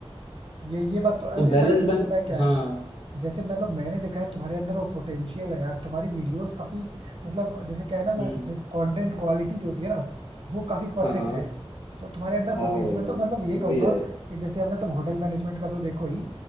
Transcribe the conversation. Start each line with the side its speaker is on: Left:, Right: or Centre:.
Right: ये ये बात तो अरे
Left: तो बैलेंस
Right: बट फिर
Left: बैल
Right: भी पता है क्या
Left: हाँ
Right: है जैसे मतलब मैंने देखा है तुम्हारे अंदर वो पोटेंशियल है यार तुम्हारी वीडियोस काफी मतलब जैसे क्या है ना वो
Left: हम्म
Right: कंटेंट क्वालिटी जो होती है ना वो काफी परफेक्ट
Left: हाँ हाँ
Right: है तो तुम्हारे अंदर
Left: हाँ
Right: पोटेंशियल
Left: भाई
Right: मैं तो मतलब ये
Left: शुक्रिया
Right: कहूंगा कि जैसे अपने तुम होटल मैनेजमेंट का तो देखो ही